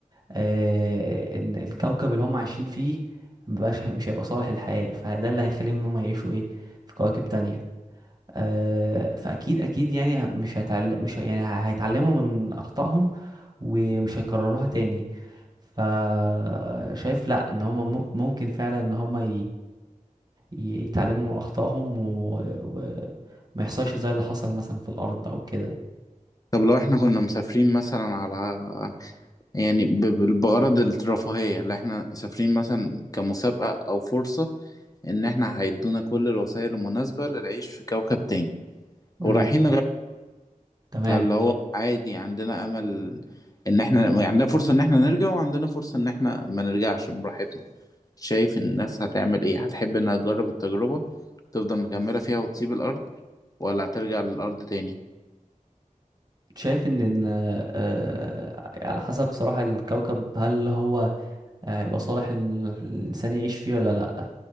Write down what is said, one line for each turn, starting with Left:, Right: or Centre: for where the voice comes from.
Right: آه، ان الكوكب اللي هم عايشين فيه مبقاش مش هيبقى صالح للحياة فده اللي هيخليهم ان هم يعيشوا ايه في كواكب تانية آه فاكيد اكيد يعني ه- مش هيتعل... مش هي- يعني ه- هيتعلموا من اخطائهم ومش هيكرروها تاني فشايف لا ان هم م- ممكن فعلا ان هم ي... ي- يتعلموا من اخطائهم و... و... ما يحصلش زي اللي حصل مثلا في الارض او كده
Left: طب لو إحنا كنا مسافرين مثلا على يعني ب- ب- بغرض الرفاهية اللي إحنا مسافرين مثلا كمسابقة أو فرصة إن إحنا هيدونا كل الوسائل المناسبة للعيش في كوكب تاني ورايحين
Right: امم تمام
Left: فاللي هو عادي عندنا امل ان احنا يعني عندنا فرصة ان احنا نرجع وعندنا فرصة ان احنا ما نرجعش براحتنا شايف الناس هتعمل ايه هتحب انها تجرب التجربة تفضل مكملة فيها وتسيب الارض ولا هترجع للارض تاني
Right: شايف ان إن، آه، على حسب صراحة الكوكب هل هو آه، هيبقى صالح ال- الإنسان يعيش فيه ولا لأ